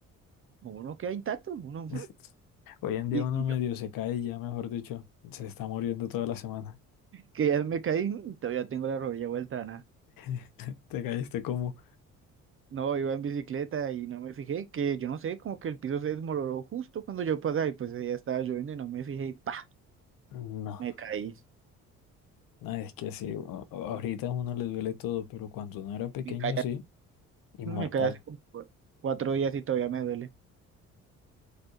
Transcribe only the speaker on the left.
<laughs> Hoy en día
uno
medio
se cae y ya, mejor dicho, se está muriendo toda la semana.
<laughs> Te caíste como...
No,
no, es que sí, a- ahorita a uno le duele todo, pero cuando uno era pequeño,
sí, inmortal.